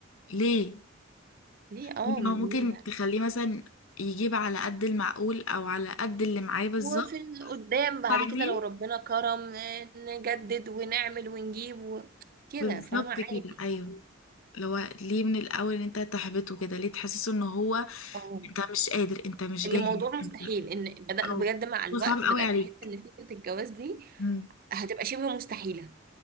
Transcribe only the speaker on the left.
ليه
يعني
هو ممكن
تخليه مثلا يجيب على قد المعقول او على قد اللي معاه بالظبط
بعدين
بالظبط
كده ايوه لو ليه من الاول ان انت تحبطه كده ليه تحسسه ان هو
انت مش قادر انت مش
جاهز
انت
او
هو صعب قوي
عليك
امم